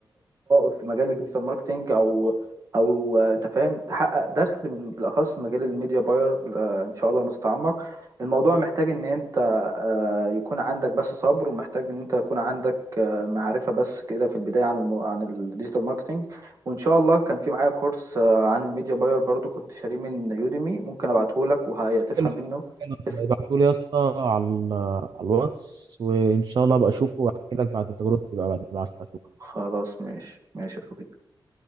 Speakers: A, on the right (about 40°); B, on the right (about 60°).
A: في مجال الديجيتال ماركتنج أو أو آه، أنت فاهم تحقق دخل من بالأخص في مجال الميديا باير آه، إن شاء الله لما تتعمق الموضوع محتاج إن أنت آه، يكون عندك بس صبر ومحتاج ان انت يكون عندك آه، معرفة بس كده في البداية عن الم... عن الديجيتال ماركتينج وان شاء الله كان في معايا كورس آه، عن الميديا باير برضو كنت شاريه من يوديمي ممكن ابعته لك وهتفهم
B: حلو
A: منه
B: حلو
A: تفهم.
B: ابعتوا لي يا اسطى على ال- على الواتس وان شاء الله ابقى اشوفه واحكي لك بعد تجربتي بقى بعد ما اشوفه
A: خلاص ماشي ماشي يا صديقي